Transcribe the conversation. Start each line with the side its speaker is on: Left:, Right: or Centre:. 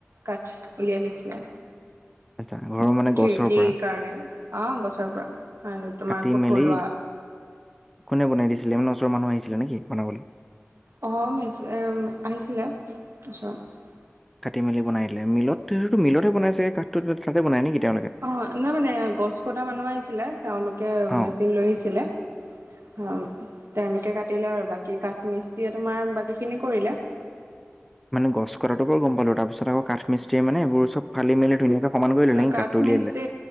Right: কাঠ উলিয়াই লৈছিলে
Centre: আচ্ছা মানে
Right: খিৰিকীৰ
Centre: গছৰ পৰা
Right: কাৰণে অঁ গছৰ পৰা তোমাৰ
Centre: কাটি
Right: কঠলোৱা
Centre: মেলি কোনে বনাই দিছিলে ইমান ওচৰৰ মানুহ আহিছিলে নেকি বনাবলৈ
Right: অ মে আহিছিলে ওচৰত
Centre: কাটি মেলি বনাই লে মিলত সেইটো মিলতহে বনাইছে কাঠটো তাতে বনাই নেকি তেওঁলোকে?
Right: অ নাই মানে গছ কটা মানুহ আহিছিলে তেওঁলোকে
Centre: অ',
Right: মেচিন লৈ আহিছিলে অ তেনে কাটিলে আৰু বাকী কাঠমিস্তি তোমাৰ বাকী খিনি কৰিলে
Centre: মানে গছ কতাটো বৰ গম পালো তাৰিছত আকৌ কা মিস্তি মানে এইবোৰ চব ফালি মেলি ধুনীয়াকে সমান কৰি ল'লে নেকি
Right: কাঠ
Centre: কাঠটো উলিয়াই
Right: মিস্ত্ৰি
Centre: দিলে?